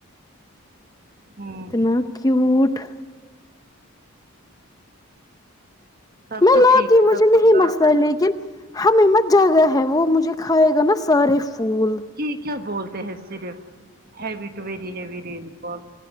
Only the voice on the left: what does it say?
اتنا کیوٹ
میں
لاتی
مجھے
نہیں مسئلہ لیکن ہمیں مت جگا ہے وہ مجھے کھائے گا نا سارے پھول